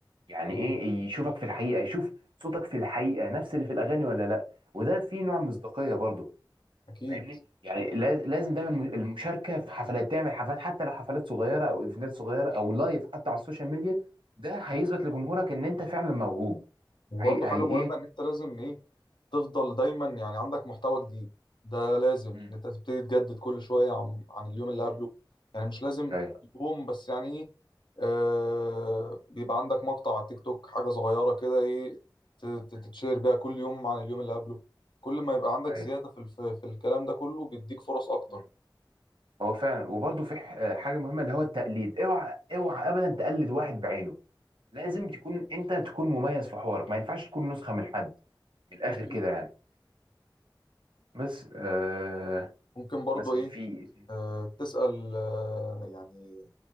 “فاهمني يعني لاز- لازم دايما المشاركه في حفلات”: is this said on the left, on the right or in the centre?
Right